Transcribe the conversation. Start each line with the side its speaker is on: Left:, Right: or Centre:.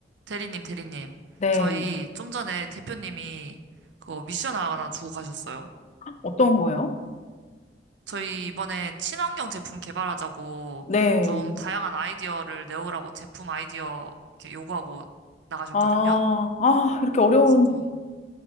Right: 대리님, 대리님.
Left: 네.
Right: 저희 좀 전에 대표님이 그거 미션 하나 주고 가셨어요.
Left: 어떤 거요?
Right: 저희 이번에 친환경 제품 개발하자고
Left: 네.
Right: 좀 다양한 아이디어를 내오라고 제품 아이디어 이렇게 요구하고 나가셨거든요.
Left: 아, 아, 이렇게 어려운,
Right: 그래서 좀,